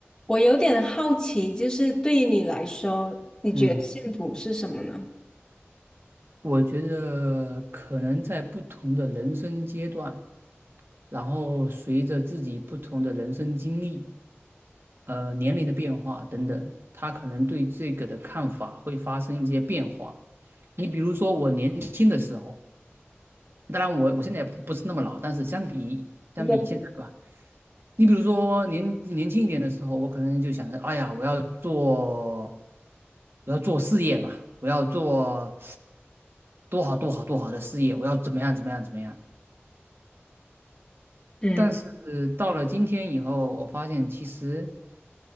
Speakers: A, on the left; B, on the right.
A: 我有点好奇，就是对于你来说，你觉得幸福是什么呢？
B: 嗯，我觉得可能在不同的人生阶段，然后随着自己不同的人生经历、呃年龄的变化等等，他可能对这个的看法会发生一些变化。你比如说，我年轻的时候，当然我我现在也不不是那么老，但是相比相比现在吧。
A: 对，
B: 你比如说年年轻一点的时候，我可能就想着，哎呀，我要做，我要做事业嘛，我要做多好多好多好的事业，我要怎么样怎么样怎么样。
A: 嗯，
B: 但是到了今天以后，我发现其实